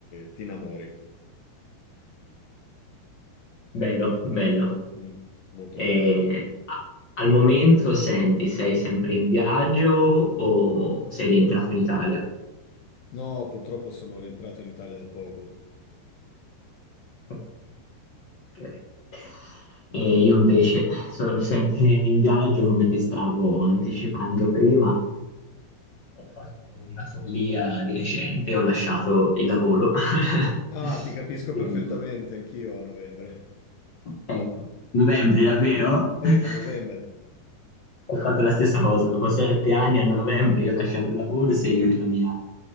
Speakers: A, on the left (about 70°); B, on the left (about 55°).
A: ti innamori.
B: Bello, bello.
A: Mm, molto
B: E
A: bello.
B: a- al momento, senti, sei sempre in viaggio o sei rientrato in Italia?
A: No, purtroppo sono rientrato in Italia da poco.
B: Ok, ok. E io invece sono sempre in viaggio, come ti stavo anticipando prima. Ho fatto una follia di recente, ho lasciato il lavoro. <laughs>
A: Ah, ti capisco
B: Sia
A: perfettamente,
B: io.
A: anch'io a novembre.
B: Ecco, novembre davvero?
A: Sì,
B: <laughs>
A: a novembre.
B: Ho fatto la stessa cosa, dopo sette anni a novembre io ho lasciato il lavoro, sia io che la mia